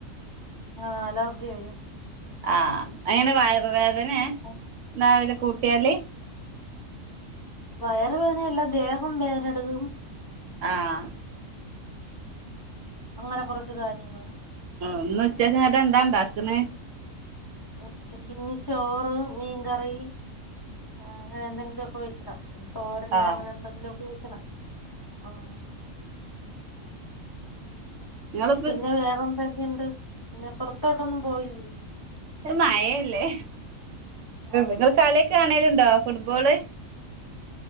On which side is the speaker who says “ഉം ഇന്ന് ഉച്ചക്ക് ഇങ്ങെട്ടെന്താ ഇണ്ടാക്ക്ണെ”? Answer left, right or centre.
Right